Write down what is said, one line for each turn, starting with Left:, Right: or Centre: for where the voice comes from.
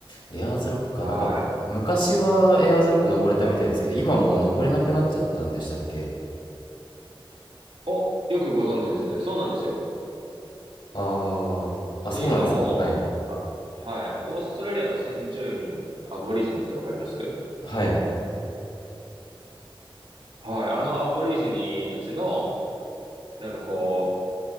Left: エアーズロックか、
Right: はい。
Left: なんか昔はエアーズロック登れたみたいですけど、今もう登れなくなっちゃったんでしたっけ
Right: お、よくご存知ですね。そうなんですよ。
Left: ああ、
Right: っていうのも、
Left: あ、そうなんですか。はい。
Right: あ、はい。オーストラリアの先住民、アボリジニってわかります
Left: はい。
Right: はい。あのアボリジニたちの、なんかこう、